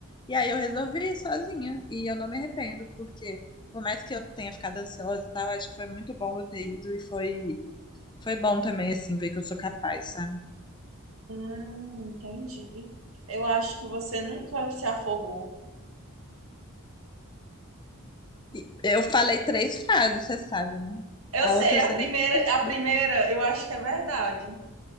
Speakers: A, on the left (about 20°); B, on the right (about 70°).
A: E aí eu resolvi ir sozinha e eu não me arrependo, porque por mais que eu tenha ficado ansiosa e tal, acho que foi muito bom eu ter ido e foi foi bom também assim ver que eu sou capaz, sabe?
B: Hum, entendi. Eu acho que você nunca se afogou.
A: E Eu falei três frases, você sabe, né?
B: Eu
A: A
B: sei,
A: outra
B: a
A: você
B: primeira,
A: nem
B: a primeira,
A: perguntou.
B: eu acho que é verdade.